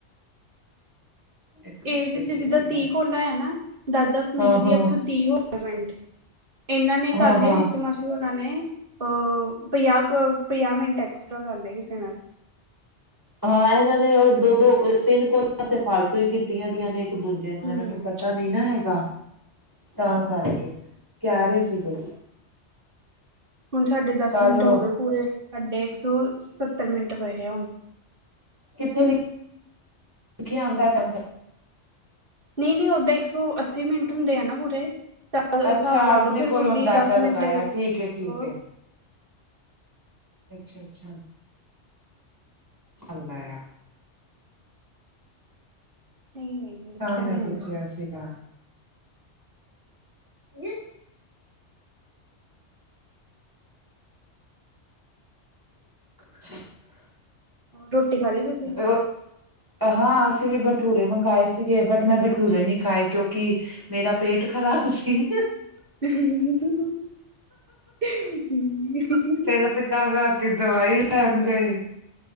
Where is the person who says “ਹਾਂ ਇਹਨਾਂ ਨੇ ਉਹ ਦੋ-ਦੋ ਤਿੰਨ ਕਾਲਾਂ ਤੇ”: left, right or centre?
Right